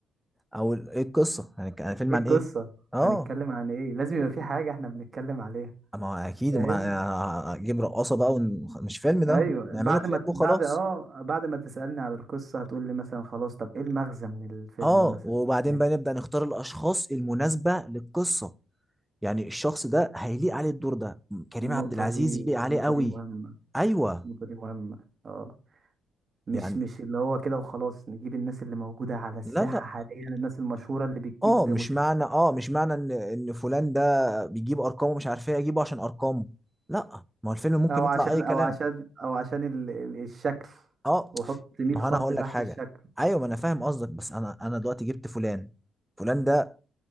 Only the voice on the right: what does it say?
ايه
القصه
هنتكلم عن ايه لازم يبقى
في حاجه احنا بنتكلم عليها
فاهم
ايوه
بعد
ما
بعد اه بعد ما تسالني على القصه هتقول لي مثلا خلاص طب ايه المغزى من الفيلم
مثلا
فاهم؟
النقطه
دي
النقطه
دي مهمه
النقطه دي مهمه اه مش
مش اللي هو كده وخلاص نجيب الناس اللي موجوده على الساحه
حاليا الناس المشهوره اللي بتجيب
مشاهدات
او
عشان
او عشان او عشان ال- ال- الشكل
وحط 100
خط
تحت
الشكل